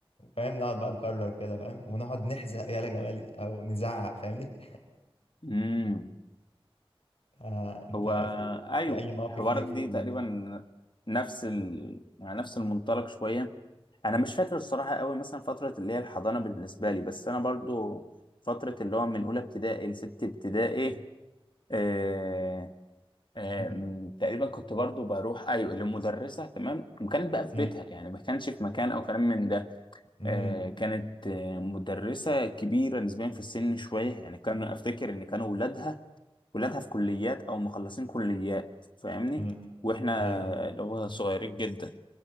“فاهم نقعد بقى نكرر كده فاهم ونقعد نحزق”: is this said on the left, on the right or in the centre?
Left